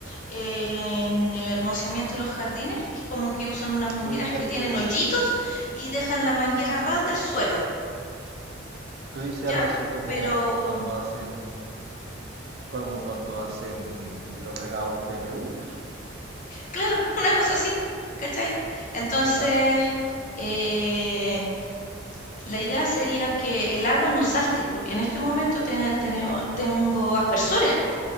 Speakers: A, on the left; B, on the right.
A: eh, en el hermoseamiento de los jardines? Que como que usan unas mangueras
B: tú dices hacer
A: que tienen
B: un,
A: hoyitos y dejan la manguera a ras del suelo,
B: tú dices
A: ¿ya?
B: algo así como
A: Pero,
B: cuando hacen, como cuando hacen los regados, los PMU,
A: claro, <laughs> una cosa así, ¿cachai? Entonces,
B: ya.
A: eh, La idea sería que el agua no salte, porque en este momento ten- tenemos- tengo aspersores, po.